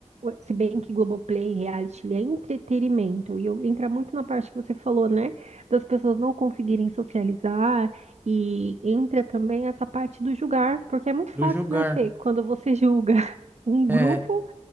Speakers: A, on the right; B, on the right.
A: Se bem que Globoplay, reality, ele é entretenimento. E eu, entra muito na parte que você falou, né? Das pessoas não conseguirem socializar. E entra também essa parte do julgar, porque é muito fácil,
B: Do julgar.
A: né, Fê? Quando você <laughs> julga um
B: É.
A: grupo,